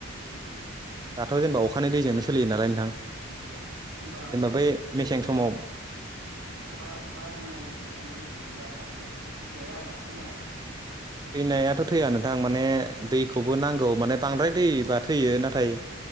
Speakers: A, on the right; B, on the right.
A: उम
B: दाथ' जेनेबा अखानि दैजोंनो सोलियो लानाय नोंथां
A: अ होनोमबा
B: जेनेबा बै
A: बेयो
B: मेसें समाव
A: उम अखा अखा नांनानै अखानि दै गोगलैयोबा माबाफोर जाया होमबा थैलाङा?
B: थैनायाथ' थैया नोंथां माने दैखौबो नांगौ माने बांद्राय दैबा थैयो। नाथाय